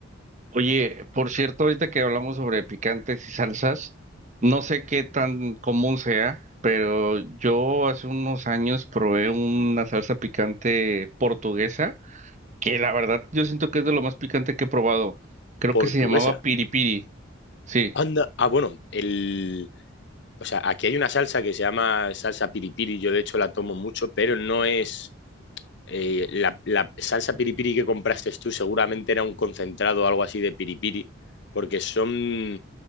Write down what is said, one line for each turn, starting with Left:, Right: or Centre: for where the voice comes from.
Right: oye, por cierto, ahorita que hablamos sobre picantes y salsas, no sé qué tan común sea, pero yo hace unos años probé una salsa picante portuguesa, que la verdad yo siento que es de lo más picante que he probado. Creo
Left: Portuguesa.
Right: que se llamaba piripiri, sí.
Left: Anda, ah, bueno, el o sea, aquí hay una salsa que se llama salsa piripiri, yo de hecho la tomo mucho, pero no es eh, la, la salsa piripiri que compraste tú, seguramente era un concentrado o algo así de piripiri, porque son,